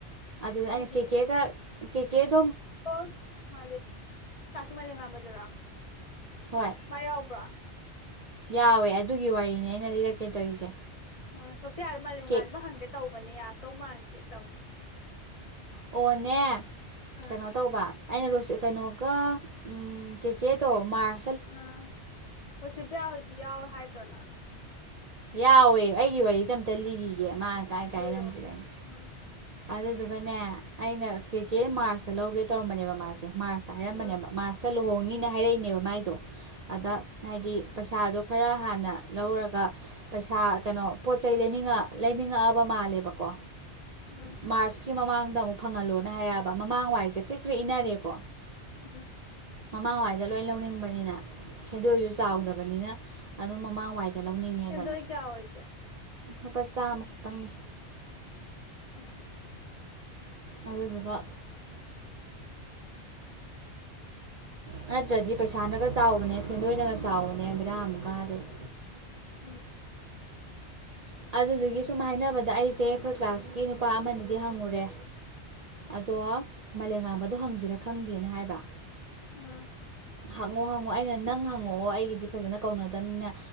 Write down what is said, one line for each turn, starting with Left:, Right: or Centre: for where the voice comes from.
Right: ꯑꯗꯨꯗ
Left: ꯈꯪꯗꯦ
Right: ꯑꯩꯅ ꯀꯦꯛꯀꯦꯒ <inaudible>
Left: ꯑꯣ ꯀ ꯃꯥ ꯃꯥ ꯑꯩꯈꯣꯏ <inaudible>
Right: ꯍꯣꯏ
Left: ꯃꯥ ꯌꯥꯎꯕ꯭ꯔꯥ
Right: ꯌꯥꯎꯋꯦ ꯑꯗꯨꯒꯤ ꯋꯥꯔꯤꯅꯦ ꯑꯩꯅ ꯂꯤꯔꯛꯀꯦ ꯇꯧꯔꯤꯁꯦ
Left: ꯎ ꯁꯣꯐꯤꯌꯥ ꯃꯂꯦꯝ
Right: ꯀꯦ
Left: ꯉꯥꯟꯕ ꯍꯪꯒꯦ ꯇꯧꯕꯅꯦ ꯌꯥ ꯇꯧ ꯃꯥꯥꯟꯂꯦ ꯇ <inaudible>
Right: ꯑꯣꯅꯦ
Left: ꯑꯥ
Right: ꯀꯩꯅꯣ ꯇꯧꯕ ꯑꯩꯅ ꯔꯣꯁꯤ ꯀꯩꯅꯣꯒ ꯀꯩꯀꯦꯗꯣ ꯃꯥꯔꯁ
Left: ꯑꯥ ꯃꯁꯤꯕꯌꯥ ꯍꯧꯗꯤ ꯌꯥꯎꯋꯦ ꯍꯥꯏꯗ꯭ꯔꯣꯅ
Right: ꯌꯥꯎꯋꯦ ꯑꯩꯒꯤ ꯋꯥꯔꯤꯁꯦ ꯑꯝꯇ ꯂꯤꯔꯤꯒꯦ ꯃꯥ ꯀꯥꯏ ꯀꯥꯏꯖꯦ
Left: ꯂꯤꯔꯣ
Right: ꯑꯝꯆ ꯀꯥꯏ
Left: ꯎꯝ
Right: ꯑꯗꯨꯗꯨꯒꯅꯦ ꯑꯩꯅ ꯀ꯭ꯔꯤꯀꯦ ꯃꯥꯔꯁꯇ ꯂꯧꯒꯦ ꯇꯧꯔꯝꯕꯅꯦꯕ ꯃꯥꯁꯦ ꯃꯥꯔꯁꯇ ꯍꯥꯏꯔꯝꯕꯅꯦꯕ
Left: ꯎꯝ
Right: ꯃꯥꯔꯁꯇ ꯂꯨꯍꯣꯡ ꯪꯅꯤꯅ ꯍꯥꯏꯔꯛꯏꯅꯦꯕ ꯃꯥꯏꯗꯣ ꯑꯗ
Left: ꯎꯝ
Right: ꯍꯥꯏꯗꯤ ꯄꯩꯁꯥꯗꯣ ꯈꯔ ꯍꯥꯟꯅ ꯂꯧꯔꯒ ꯄꯩꯁꯥ ꯀꯩꯅꯣ ꯄꯣꯠ ꯆꯩꯩ ꯂꯩꯅꯤꯡꯉ ꯂꯩꯅꯤꯡꯉꯛꯑꯕ ꯃꯥꯜꯂꯦꯕꯀꯣ
Left: ꯎꯝ
Right: ꯃꯥꯔꯆꯀꯤ ꯃꯃꯥꯡꯗ ꯑꯃꯨꯛ ꯐꯪꯍꯜꯂꯣꯅ ꯍꯥꯏꯔꯛꯑꯕ ꯃꯃꯥꯡ ꯋꯥꯏꯁꯦ ꯀꯔꯤ ꯈꯔ ꯏꯟꯅꯔꯦꯀꯣ
Left: ꯎꯝ
Right: ꯃꯃꯥꯡꯋꯥꯏꯗ ꯂꯣꯏ ꯂꯧꯅꯤꯡꯕꯅꯤꯅ ꯁꯦꯟꯗꯣꯏꯁꯨ ꯆꯥꯎꯗꯕꯅꯤꯅ ꯑꯗꯨꯝ ꯃꯃꯥꯡꯋꯥꯏꯗ ꯂꯧꯅꯤꯡꯉꯦꯗꯅ
Left: ꯁꯦꯟꯗꯣꯏ ꯀꯌꯥ ꯑꯣꯏꯒꯦ
Right: ꯂꯨꯄꯥ ꯆꯥꯝꯃꯈꯛꯇꯪꯅꯤ
Left: ꯑꯥ
Right: ꯑꯗꯨꯗꯨꯒꯥ ꯅꯠꯇ꯭ꯔꯗꯤ ꯄꯩꯁꯥꯅꯒ ꯆꯥꯎꯕꯅꯦ ꯁꯦꯟꯗꯣꯏꯅꯒ ꯆꯥꯎꯕꯅꯦ ꯕꯤꯔꯥ ꯑꯃꯨꯛ ꯀꯗꫭꯏꯕ
Left: ꯎꯝ
Right: ꯑꯗꯨꯗꯨꯒꯤ ꯁꯨꯝ ꯍꯥꯏꯅꯕꯗ ꯑꯩꯁꯦ ꯑꯩꯈꯣꯏ ꯀ꯭ꯂꯥꯁꯀꯤ ꯅꯨꯄꯥ ꯑꯃꯅꯤꯗꯤ ꯍꯪꯉꯨꯔꯦ ꯑꯗꯣ ꯃꯥꯂꯦꯝ ꯉꯥꯡꯝꯕꯗꯣ ꯍꯪꯁꯤꯔꯥ ꯈꯪꯗꯦꯅ ꯍꯥꯏꯕ
Left: ꯎꯝ
Right: ꯍꯪꯉꯣ ꯍꯪꯉꯣ ꯑꯩꯅ ꯅꯪ ꯍꯪꯉꯛꯑꯣ ꯑꯩꯒꯤꯗꯤ ꯐꯖꯅ ꯀꯧꯅꯗꯕꯅꯤꯅ